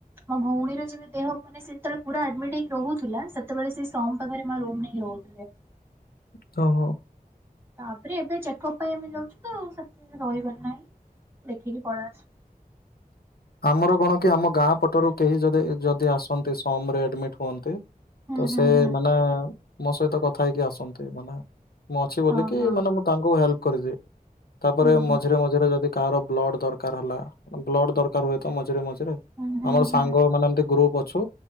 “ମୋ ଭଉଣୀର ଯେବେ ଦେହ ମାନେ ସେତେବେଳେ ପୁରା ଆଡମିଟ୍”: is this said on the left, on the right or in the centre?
Right